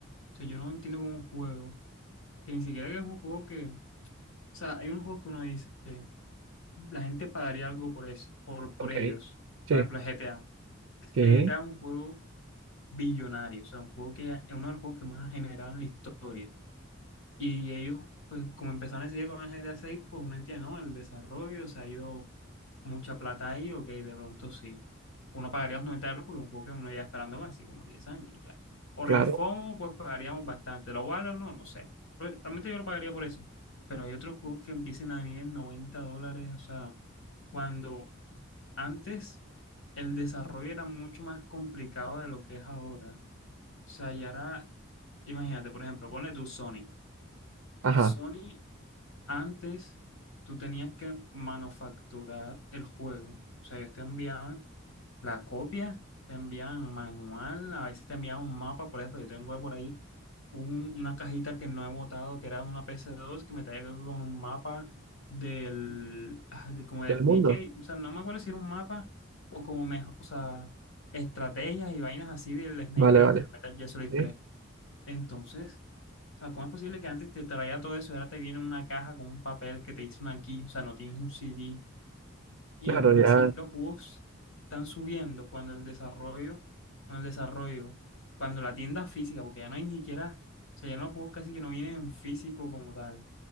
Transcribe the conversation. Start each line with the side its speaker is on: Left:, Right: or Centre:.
Left: O sea, yo no entiendo cómo un juego, que ni siquiera que es un juego que, o sea, hay unos juegos que uno dice, la gente pagaría algo por eso, por, por
Right: Ok.
Left: ellos.
Right: Sí,
Left: Por ejemplo, el GTA.
Right: sí,
Left: El GTA es un juego billonario, o sea, un juego que es uno de los juegos que más ha generado en la historia. Y ellos, pues como empezaron a decidir con el GTA seis pues uno entiende, ¿no? El desarrollo, se ha ido mucha plata ahí, ok, de pronto sí. Uno pagaría los 90 euros porque es un juego que uno ya esperando así como 10 años y ya. Por
Right: claro.
Left: el FOMO, pues pagaríamos bastante. ¿Lo vale o no? No sé. Pues, realmente yo lo pagaría por eso. Pero hay otros juegos que empiecen a venir en 90 dólares, o sea, cuando antes el desarrollo era mucho más complicado de lo que es ahora. O sea, y ahora, imagínate, por ejemplo, ponle tu Sony.
Right: Ajá.
Left: Sony antes tú tenías que manufacturar el juego. O sea, ellos te enviaban la copia, te enviaban manual, a veces te enviaban un mapa, por ejemplo, yo tengo por ahí un- una cajita que no he botado, que era una ps dos que me traía con un mapa del, ah, de- como de
Right: ¿Del
Left: Snake
Right: mundo?
Left: Age, o sea, no me acuerdo si era un mapa o como mejor, o sea, estrategias y vainas así del Snake
Right: Vale,
Left: Age,
Right: vale.
Left: del Metal Gear Solid
Right: Sí,
Left: tres, Entonces... O sea, ¿cómo es posible que antes te traía todo eso y ahora te viene una caja con un papel que te hizo una aquí? O sea, no tienes un CD y
Right: claro,
Left: aún
Right: ya.
Left: así los juegos están subiendo cuando el desarrollo, cuando el desarrollo, cuando la tienda física, porque ya no hay ni siquiera, o sea, ya no los juegos casi que no vienen en físico como tal.